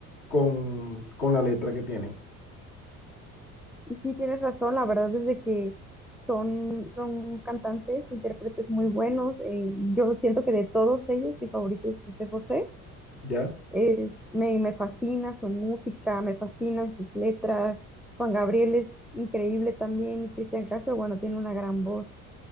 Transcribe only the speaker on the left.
con, con la letra que tienen.
¿Ya?